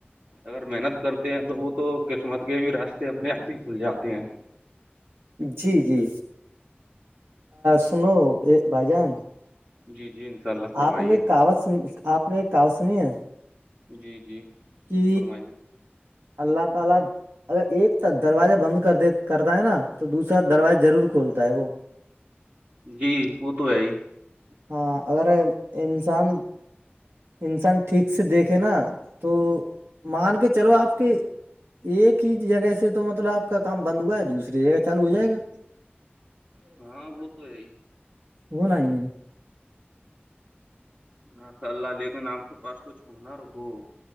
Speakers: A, on the right; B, on the right.
A: اگر محنت کرتے ہیں تو وہ تو قسمت کے بھی راستے اپنے آپ ہی کھل جاتے ہیں
B: جی جی سنو بھائی جان
A: جی- جی انشاء اللہ- فرمائیے
B: آپ نے کہغت سنی آپ نے ایک کہغت سنی ہے?
A: جی- جی
B: کہ
A: فرمائیے
B: اللہ تعالی اگر ایک دروازے بند کردا ہے نا- تو دوسرا دروازہ
A: جی
B: ضرور کھولتا ہے وہ-
A: جی وہ تو ہے ہی
B: ہاں اگر انسان انسان ٹھیک سے دیکھے نا تو مان کے چلو آپ کے ایک ہی جگہ سے تو مطلب آپ کا کام بند ہوا ہے دوسری جگہ چالو ہو جائے گا
A: ہاں وہ تو ہے ہی
B: وہ نہیں ہے
A: ناصاء اللہ لیکن آپ کے پاس کچھ ہنر ہو-